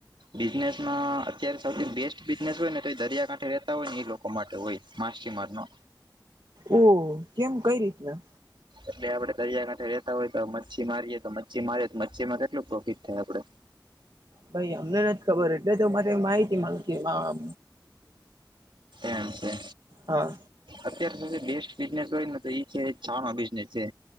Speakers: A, on the right; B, on the right.
A: બિઝનેસ માં અત્યારે સૌથી બેસ્ટ બિઝનેસ હોય ને તો એ દરિયાકાંઠે રેતા હોય ને એ લોકો માટે હોય માછીમાર નો
B: ઓ કેમ કઈ રીતના
A: એટલે આપણે દરિયાકાાંઠેતા હોય તો મચ્છી મારીએ તો મચ્છી મારીએ તો મચ્છીમાં કેટલું પ્રોફિટ થાય આપડે.
B: ભાઈ અમને નથી ખબર એટલે તો મારે માહિતી મગતી હ
A: એમ છે.
B: હા
A: અત્યાર સુધી બેસ્ટ બિઝનેસ હોય ને તો એ છે ચાહ ન બિઝનેસ છે.